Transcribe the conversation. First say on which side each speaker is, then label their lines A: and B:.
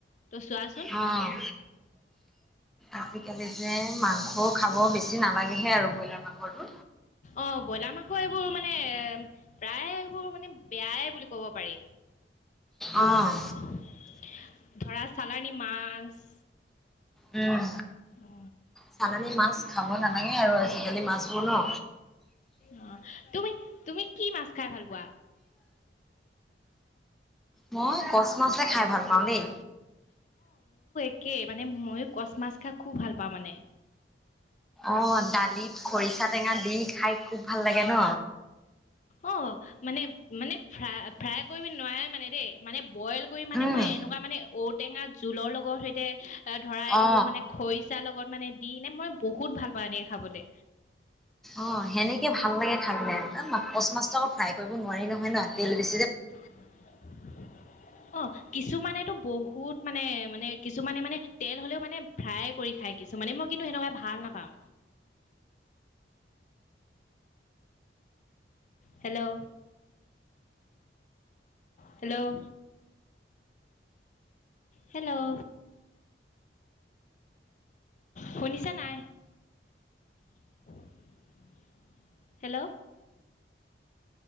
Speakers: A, on the left; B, in the centre.
A: ত' চোৱাচোন
B: অ'। আজিকালি যে মাংস খাব বেছি নালাগেহে আৰু ব্ৰইলাৰ মাংসটো
A: অ ব্ৰইলাৰ মাংস এইবোৰ মানে প্ৰায় এইবোৰ মানে বেয়াই বুলি কব পাৰি
B: অ',
A: আহ ধৰা চালানী মাছ
B: উম
A: অ
B: চালানী মাছ খাব নালাগে আৰু আজিকালি মাছবোৰ ন
A: অ তুমি তুমি কি মাছ খাই ভাল পোৱা
B: মই কচ মাচে খাই ভাল পাওঁ দেই
A: তাকে মানে মইয়ো কচ মাছ খাই খুব ভাল পাওঁ মানে
B: অ দালিত খৰিচা টেঙা দি খাই খুব ভাল লাগে ন
A: অ মানে মানে ফ্ৰাই কৰিব নোৱাৰে মানে দেই মানে বইল কৰি মানে
B: উম
A: মই এনেকুৱা মানে ঔটেঙা জোলৰ লগত সৈতে ধৰা এইটো
B: অ
A: মানে খৰিচা লগত মানে দি নে মই বহুত ভাল পাওঁ এনেকে খাবলৈ
B: অ সেনেকে ভাল লাগে খাই পেলাই কচ মাছটো আকৌ ফ্ৰাই কৰিব নোৱাৰিল ন হয় ন তেল বেছি
A: <unintelligible> অ, কিছুমানেতটো বহুত মানে - মানে কিছুমানে মানে তেল হলেও মানে ফ্ৰাই কৰি খাই কিছু মানে মই কিন্তু সেনেকুৱা ভাল নাপাও। হেল্ল', - হেল্ল', হেল্ল', শুনিছা নাই? অ <inaudible> হেল্ল',